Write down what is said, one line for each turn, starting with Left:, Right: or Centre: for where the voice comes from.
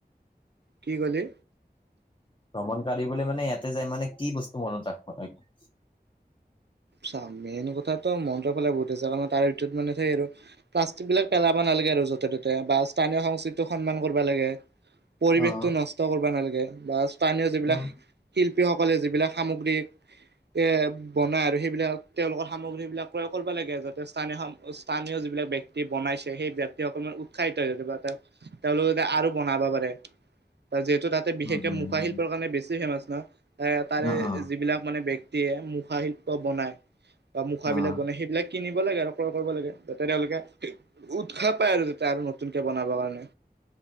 Right: কি কলি
Left: ভ্ৰমণ কৰিবলৈ মানে ইয়াতে যাই মানে কি বস্তু মনত ৰাখব লাগে
Right: চ মেইন কথাটো মন্ৰৰ ফালে বহুত আছে কাৰণ তাৰ ভিতৰত মানে চেই আৰু প্লাষ্টিক বিলাক পেলাব নালাগে নালাগে আৰু যতে ত'তে বা স্থানীয় সংস্কৃতিক সন্মান কৰিব লাগে পৰিৱেশতটো
Left: অ',
Right: নষ্ট কৰিব নালাগে বা স্থানীয় যিবিলাক
Left: উম।
Right: শিল্পীসকল সকলে যিবিলাক সামগ্ৰী এ বনায় আৰু সেই বিলাক তেওঁলোকৰ সামগ্ৰীবিলাক ক্ৰয় কৰিব লাগে যাতে স্থানীয় স্থানীয় যিবিলাক ব্যক্তি বনাইছে সেই অকমান উৎসাহিত হৈ য বা তেওঁলোকে যাতে আৰু বনাব পাৰে ত য তাতে বিশেষকে
Left: উম, উম,
Right: মুখা
Left: উম,
Right: শিল্পৰ কাৰণে বেছি ফেমাছ ন তাৰে
Left: অ', অ'।
Right: যিবিলাক মানে মুখা শিল্প বনাই বা মুখাাবিলাক
Left: অ',
Right: বনাই সেইবিলাক কিনিব লাগে আৰু ক্ৰয় কৰিব লাগে যাতে তেওঁলোকে উৎসাহ পায় আৰু যাতে আৰু নতুনকে বনাব কাৰণে